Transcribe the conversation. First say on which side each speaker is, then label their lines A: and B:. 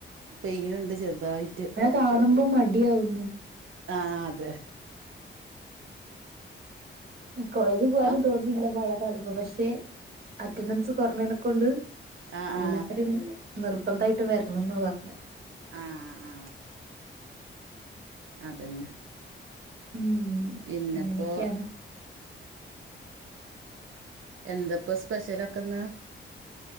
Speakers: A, on the right; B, on the right.
A: പെയ്യിണ് ണ്ട്. ചെറുതായിട്ട്
B: കാണുമ്പം മടിയാവുന്ന്
A: ആഹ് അതെ
B: കോളേജ് പോവാനും
A: ആ
B: തോന്നു ന്നില്ല മഴ കാണുമ്പം. പഷെ അറ്റൻഡൻസ് കൊർഞ്ഞേനെക്കൊണ്ട്
A: ആ
B: എല്ലാരും
A: ആ
B: നിർബന്ധായിട്ടും വരണംന്നാ പർണെ
A: ആ ആ അതന്നെ
B: ഉം
A: പിന്നെപ്പോ
B: അങ്ങനെയൊക്കെയാണ്
A: എന്തപ്പ സ്പെഷ്യലൊക്കന്ന്